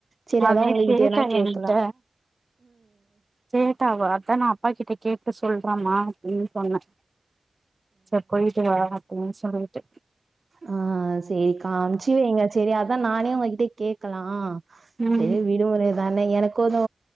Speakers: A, on the right; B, on the right.
A: செரி
B: அதே
A: அதா உங்ககிட்டனா
B: கேட்டா
A: கேக்கலா
B: என்கிட்ட கேட்டா அவ அதா நா அப்பா கிட்ட கேட்டு சொல்றேமா அப்டின்னு சொன்ன செரி போயிட்டு வா அப்டின்னு சொல்லிட்டு
A: அ செரிக்கா அனுப்ச்சி வைங்க செரி அதா நானே உங்ககிட்ட கேக்கலா
B: ம்
A: செரி விடுமுறை தா அ எனக்குது